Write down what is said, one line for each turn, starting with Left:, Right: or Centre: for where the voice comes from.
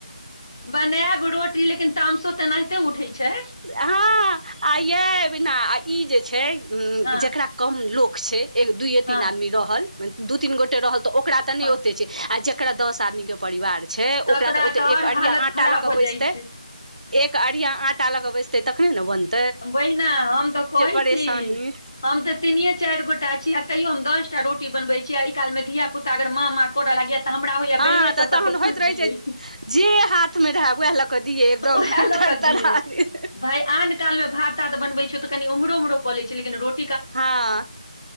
Left: बनैब रोटी लेकिन तामसो तेनाहिते उठै छै
Right: हँ आ यै बना ई जे छै
Left: हँ
Right: जकरा कम लोक छै दूयए
Left: हँ
Right: तीन आदमी रहल दू तीन गोटे रहल तऽ ओकरा तऽ नय
Left: हँ
Right: ते छै आ जेकरा दस आदमीे के परिवार छै
Left: तकरा
Right: ओकरा तऽ ओते
Left: आओर
Right: एक अढ़िया
Left: हालत
Right: आटा
Left: खराब
Right: लऽ केऽ
Left: हो
Right: बैसतै
Left: जाइ छै
Right: एक अढ़िया आ टा ल क बैसतै तखने ने बन्द
Left: बहिना हम तऽ कहै
Right: परेशानी
Left: छी हम तऽ तीनए चारि गोटा छी तइयो हम दसटा रोटी बनबै छी आइ कालमे धिया पुता अगर माँ माँ करऽ लागय य तऽ हमरा होइया
Right: हँ
Left: बेलेने
Right: तऽ
Left: स
Right: तहन
Left: सबके थुइड़
Right: होइत रहै
Left: दियै
Right: छै जे हाथ मे रहै उएह लऽ कऽ दिय एकदम
Left: उएह लऽ
Right: तर
Left: कऽ
Right: तरा
Left: दियै
Right: दियइ
Left: भाय आन काल मे भात तात बनबै छ तऽ कनि ओम्रोमहोऽ क लय छै लेकिन रोट
Right: हँ